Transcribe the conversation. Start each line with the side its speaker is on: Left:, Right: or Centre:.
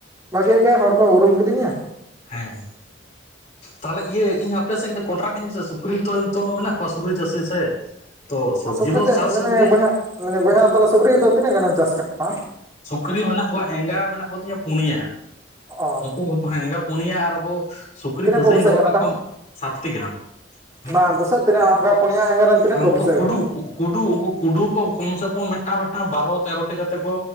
Right: ᱵᱷᱟᱹᱜᱤ ᱜᱮ ᱦᱚᱲ ᱠᱚ ᱩᱨᱩᱢ ᱠᱤᱫᱤᱧᱟ᱾
Left: ᱦᱮᱸ᱾ ᱛᱟᱦᱞᱮ ᱤᱭᱟᱹ ᱤᱧ ᱦᱚᱸ ᱟᱯᱮ ᱥᱮᱫ ᱠᱚᱱᱴᱨᱟᱠᱴ ᱤᱧ ᱢᱮ ᱥᱮ ᱥᱩᱠᱨᱤ ᱛᱚ ᱤᱧ ᱛᱚ ᱢᱮᱱᱟᱜ ᱠᱚᱣᱟ ᱥᱩᱠᱨᱤ ᱪᱟᱹᱥᱤ ᱥᱮ᱾ ᱛᱚ ᱥᱚᱵᱡᱤ
Right: ᱥᱩᱠᱨᱤ
Left: ᱦᱚᱸ
Right: ᱛᱮ
Left: ᱪᱟᱥ
Right: ᱞᱟᱹᱭᱫᱟᱹᱧ
Left: ᱦᱩᱭᱩᱜ ᱜᱮᱭᱟ᱾
Right: ᱵᱚᱭᱦᱟ ᱵᱚᱭᱦᱟ ᱛᱟᱦᱞᱮ ᱥᱩᱠᱨᱤ ᱠᱚ ᱫᱚ ᱛᱤᱱᱟᱹᱜ ᱜᱟᱱ ᱮᱢ ᱪᱟᱥ ᱟᱠᱟᱫ ᱠᱚᱣᱟ?
Left: ᱥᱩᱠᱨᱤ ᱢᱮᱱᱟᱜ ᱠᱚᱣᱟ ᱮᱸᱜᱟ ᱢᱮᱱᱟᱜ ᱠᱚ ᱛᱤᱧᱟ ᱯᱩᱱᱭᱟ᱾
Right: ᱚ,
Left: ᱩᱱᱠᱩ ᱮᱸᱜᱟ ᱯᱩᱱᱭᱟ ᱟᱨ ᱩᱝᱠᱩ ᱥᱩᱠᱨᱤ
Right: ᱛᱤᱱᱟᱹᱜ
Left: ᱠᱷᱟᱹᱥᱤᱧ
Right: ᱠᱚ ᱵᱩᱥᱟᱹᱜ
Left: ᱫᱚᱦᱚ
Right: ᱠᱟᱱᱟ
Left: ᱠᱟᱜ
Right: ᱛᱟᱦᱚᱞᱮ
Left: ᱠᱚᱣᱟ ᱥᱟᱛᱴᱤ ᱜᱟᱱ᱾ ᱦᱮᱸ
Right: ᱵᱟᱝ ᱵᱩᱥᱟᱹᱜ ᱛᱤᱱᱟᱹᱜ ᱮᱸᱜᱟ ᱯᱩᱱᱭᱟ ᱮᱸᱜᱟ ᱨᱮᱱ ᱛᱤᱱᱟᱹᱜ
Left: ᱟᱨ
Right: ᱠᱚ
Left: ᱢᱚᱛᱚ
Right: ᱵᱩᱥᱟᱹᱜ ᱠᱟᱱᱟ?
Left: ᱠᱩᱰᱩ ᱠᱩᱰᱩ ᱩᱱᱠᱩ ᱠᱩᱰᱩ ᱠᱚ ᱠᱚᱢ ᱥᱮ ᱠᱚᱢ ᱢᱤᱫ ᱴᱟᱝ ᱢᱤᱫ ᱴᱟᱝ ᱵᱟᱨᱚ ᱛᱮᱨᱚᱴᱤ ᱠᱟᱛᱮ ᱠᱚ